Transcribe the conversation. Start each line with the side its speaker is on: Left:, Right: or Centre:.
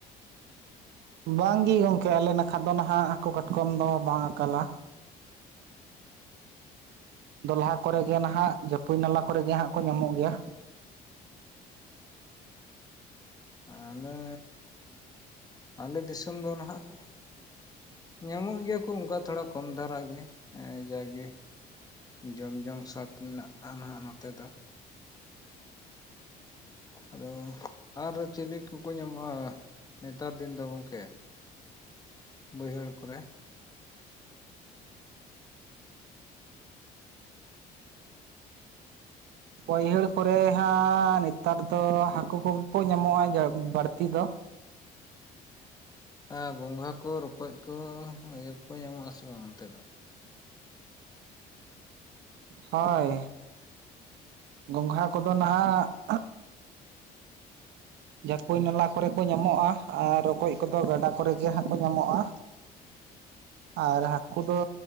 Right: ᱵᱟᱝ ᱜᱮ ᱜᱚᱝᱠᱮ ᱟᱞᱮ ᱱᱟᱠᱷᱟ ᱫᱚ ᱱᱷᱟᱜ ᱦᱟᱹᱠᱩ ᱠᱟᱴᱠᱚᱢ ᱫᱚ ᱵᱟᱝ ᱟᱠᱟᱞᱟ। ᱫᱚᱞᱦᱟ ᱠᱚᱨᱮ ᱜᱮ ᱱᱟᱦᱟᱜ ᱡᱟᱹᱯᱩ ᱱᱟᱞᱟ ᱠᱚᱨᱮ ᱜᱮ ᱦᱟᱸᱜ ᱠᱚ ᱧᱟᱢᱚᱜ ᱜᱮᱭᱟ।
Left: ᱟᱞᱮ ᱟᱞᱮ ᱫᱤᱥᱚᱢ ᱫᱚ ᱱᱟᱦᱟᱜ ᱼᱼ ᱧᱟᱢᱚᱜ ᱜᱮᱭᱟ ᱠᱚ ᱚᱱᱠᱟ ᱛᱷᱚᱲᱟ ᱠᱚᱢ ᱫᱷᱟᱨᱟ ᱜᱮ, ᱮᱸᱻ ᱡᱟᱜᱮ᱾ ᱡᱚᱢ ᱡᱚᱝ ᱥᱟᱫ ᱢᱮᱱᱟᱜᱼᱟ ᱱᱟᱦᱟᱜ ᱱᱚᱛᱮ ᱫᱚ। ᱟᱫᱚ ᱟᱨ ᱪᱤᱞᱤ ᱠᱚᱠᱚ ᱧᱟᱢᱚᱜᱼᱟ? ᱱᱮᱛᱟᱨ ᱫᱤᱱ ᱫᱚ ᱜᱚᱝᱠᱮ ᱵᱟᱹᱭᱦᱟᱹᱲ ᱠᱚᱨᱮ,
Right: ᱵᱟᱹᱭᱦᱟᱹᱲ ᱠᱚᱨᱮ ᱦᱟᱸ ᱱᱮᱛᱟᱨ ᱫᱚ ᱦᱟᱹᱠᱩ ᱠᱚᱜᱮ ᱠᱚ ᱧᱟᱢᱚᱜᱼᱟ ᱵᱟᱹᱲᱛᱤ ᱫᱚ।
Left: ᱟᱨ ᱜᱚᱝᱜᱷᱟ ᱠᱚ ᱨᱚᱠᱚᱡ ᱠᱚ ᱤᱭᱟᱹ ᱠᱚ ᱧᱟᱢᱚᱜ ᱟᱥᱮ ᱵᱟᱝ ᱚᱱᱛᱮ ᱫᱚ?
Right: ᱦᱳᱭ ᱜᱚᱝᱜᱷᱟ ᱠᱚᱫᱚ ᱱᱟᱦᱟᱜ ᱼᱼ ᱡᱷᱟᱹᱯᱟᱭ ᱱᱟᱞᱟ ᱠᱚᱨᱮ ᱠᱚ ᱧᱟᱢᱚᱜᱼᱟ᱾ ᱟᱨ ᱨᱚᱠᱚᱡ ᱠᱚᱫᱚ ᱜᱟᱰᱟ ᱠᱚᱨᱮ ᱜᱮ ᱦᱟᱸᱜ ᱠᱚ ᱧᱟᱢᱚᱜᱼᱟ। ᱟᱨ ᱦᱟᱹᱠᱩ ᱫᱚ